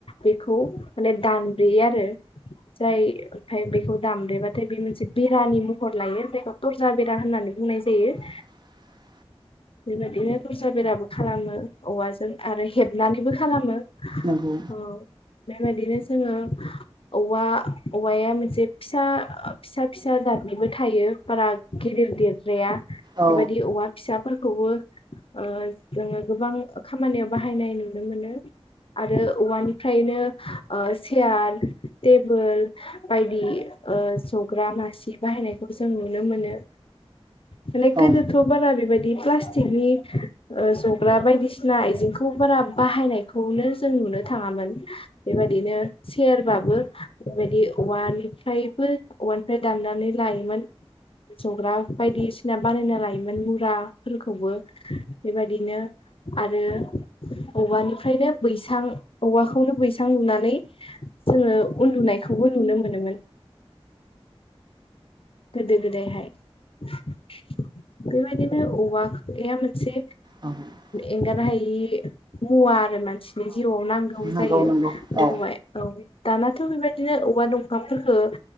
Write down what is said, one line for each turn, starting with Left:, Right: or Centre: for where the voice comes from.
Left: बेखौ माने दानब्रोयो आरो! जाय ओमफ्राय बेखौ दामब्रेबाथाय बे मोनसे बेरानि महर लायो जायखौ थरजा बेरा होननानै बुंनाय जायो! ज-
Right: <inaudible>
Left: बेबायदिनो दरसा बेराबो खालामो औवाजों आरो हेबनानैबो खालामो
Right: नंगौ
Left: औ- बेबायाददिनो जोङो औवा औवाया मोनसे फिसा फिसा फिसा जादनिबो थायो बारा गिदिर देर द्आइया
Right: औ
Left: बेबायदि औवा फिसा फोरखौबो ओ जोङो गोबां खामानियाव बाहायनाय नुनो मोनो! आरो औवानिफ्रायनो सियार टेबोल बायदि जग्रा मासि बाहायनायखौ जों नुनो मोनो! माने
Right: औ
Left: गोदोथ' बारा बेबायदि प्लास्टिकनि जग्रा बायदिसिना आइजेंखौ बारा बाहायनायखौनो जों नुनो थाङामोन! बेबायदिनो सयेरबाबो बेबायदि औवानिफ्रायबो औवानिफ्राय दाननानै लायोमोन जग्रा बायदिसिना बानायना लायोमोन मुराफोरखौबो! बेबायादिनो। आरो औवानिफ्रायनो बैसां, औवाखौनो बैसां लुनानै- जोङो उन्दुनायखौबो नुनो मोनोमोन। गोदो गोदायहाय बेबायदिनो औवाया से
Right: औ
Left: एंगार हायि मुवा आरो मानसिनि। जिउआव नांगौ
Right: नंगौ
Left: जायो
Right: नंगौ
Left: बेवहाय
Right: औ
Left: औ दानाथ' बेबायदिनो औवा दंफांफोरखौ